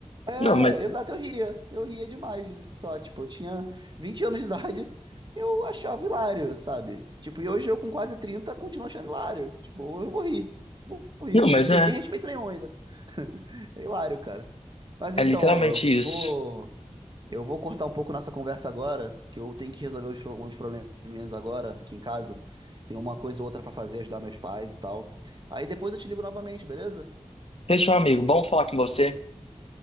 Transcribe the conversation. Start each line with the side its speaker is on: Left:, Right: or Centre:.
Right: É,
Left: Não, mas.
Right: exato, eu ria. Eu ria demais disso só. Tipo, eu tinha 20 anos de idade, eu achava hilário, sabe? Tipo, e hoje eu com quase 30 continuo achando hilário. Tipo, eu vou rir. Vou rir,
Left: Não,
Right: não,
Left: mas é.
Right: sem respeito nenhum ainda. <laughs> É hilário, cara. Mas
Left: É
Right: então,
Left: literalmente
Right: Alan, eu vou.
Left: isso.
Right: Eu vou cortar um pouco nossa conversa agora, que eu tenho que resolver uns, pro- uns probleminhas agora aqui em casa. Tem uma coisa ou outra pra fazer, ajudar meus pais e tal. Aí depois eu te ligo novamente, beleza?
Left: Deixa, meu amigo, bom falar com você.